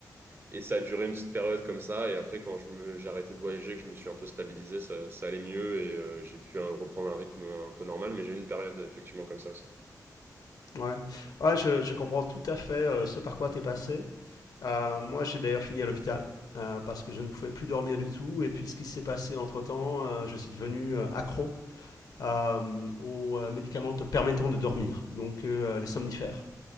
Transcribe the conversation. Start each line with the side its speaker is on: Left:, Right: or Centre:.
Right: Et ça a duré une petite période comme ça. Et après, quand je me, j'ai arrêté de voyager, que je me suis un peu stabilisé, ça, ça allait mieux et euh, j'ai pu euh, reprendre un rythme un peu normal. Mais j'ai eu une période effectivement comme ça aussi.
Left: Ouais, ouais je, je comprends tout à fait euh, ce par quoi tu es passé. Euh, moi, j'ai d'ailleurs fini à l'hôpital euh, parce que je ne pouvais plus dormir du tout. Et puis, ce qui s'est passé entre-temps, euh, je suis devenu euh, accro euh, aux euh, médicaments te permettant de dormir, donc euh, euh, les somnifères.